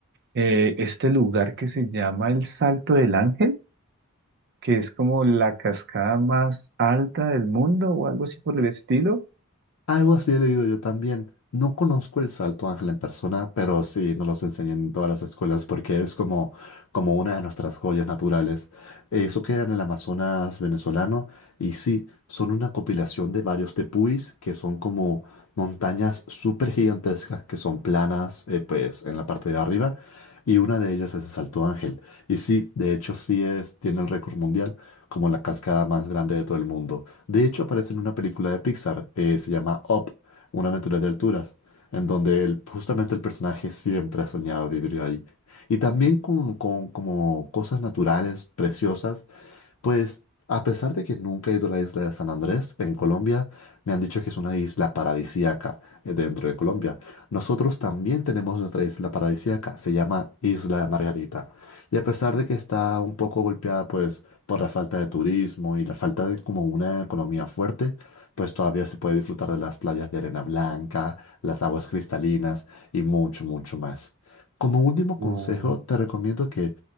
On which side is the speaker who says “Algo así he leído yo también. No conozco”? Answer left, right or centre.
Left